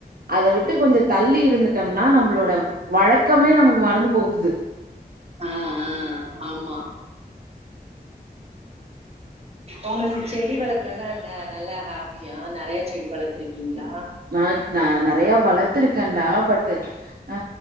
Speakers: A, on the right (about 65°); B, on the right (about 40°).
A: அத விட்டு கொஞ்சோ தள்ளி இருந்துட்டம்னா நம்ளோட வழக்கமே நமக்கு மறந்து போகுது
B: ஆ ஆ ஆமா உங்ளுக்கு செடி வளக்குறதா ந நல்லா ஹாபியா நெறய செடி வளத்ருக்கீங்ளா
A: நா நா ந நெறையா வளத்ருக்கேன்டா பட் ஆ